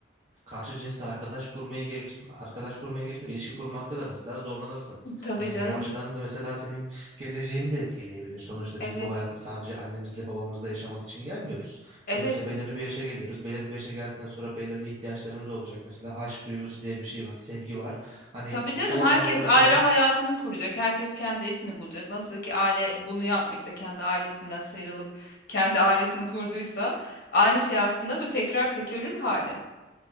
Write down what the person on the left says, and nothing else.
Tabii
canım.
Evet.
Evet.
Tabii canım
herkes
ayrı hayatını kuracak. Herkes kendi işini bulacak. Nasıl ki aile bunu yapmışsa kendi ailesinden sıyrılıp kendi ailesini kurduysa aynı şey aslında bu tekrar tekerrür hali.